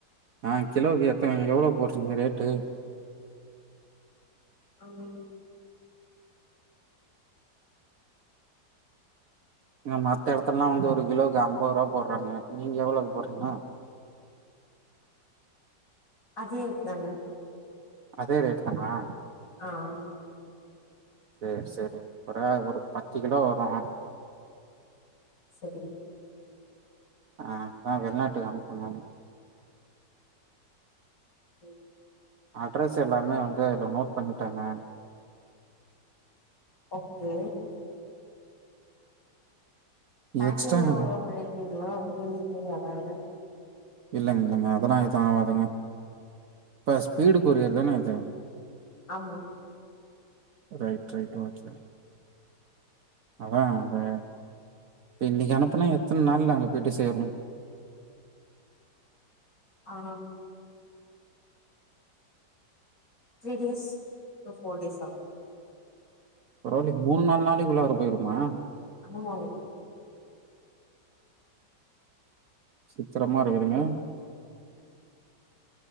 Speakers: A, on the right; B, on the left.
A: ஆஹ் கிலோக்கு எத்த எவ்வளவு போடுறீங்க ரேட்டு
B: ஆமா
A: ங்க மத்த இடத்துலல்லாம் வந்து ஒரு கிலோக்கு ஐம்பது ரூபாய் போடுறாங்க நீங்க எவ்வளவுக்கு போடுறீங்க
B: அதேதுதாங்க
A: அதே ரேட் தானா
B: ஆஹ் ஆமா
A: செரி செரி அப்புற ஒரு பத்து கிலோ வரும்
B: சரி
A: ஆஹ் அதான் வெளிநாட்டுக்கு அனுப்பணும்
B: உம்
A: அட்ரஸ் எல்லாமே வந்து அதுல நோட் பண்ணிட்டாங்க
B: ஓகே பேக்கிங்லாம்
A: எக்ஸ்ட்ரா இல்லைங்க,
B: ஒழுங்கா பண்ணிருக்கீங்களா வெளிய லீக் ஏதும் ஆகாம
A: இல்லங்க இல்லங்க அதெல்லாம் ஏதும் ஆதுங்க இப்ப ஸ்பீடு குரியர் தானே இது
B: ஆமா
A: ரைட் ரைட் வாச்சாரன் அதான் அப்ப இப்ப இன்னைக்கு அனுப்புனா எத்தனை நாள்ல நாங்க போயிட்டு சேரும்
B: ஆஹ் த்ரீ டேஸ் ஃபோர் டேஸ் ஆகும்
A: பரவாயில்ல மூணு நாள் நாள் நாளைக்குள்ள போயிருமா
B: ஆமா
A: விசித்திரமா இருக்குதுங்க